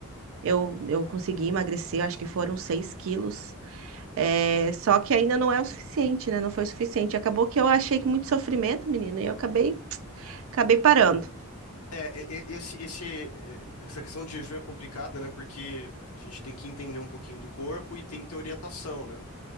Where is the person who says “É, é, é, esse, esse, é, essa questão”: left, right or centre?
Left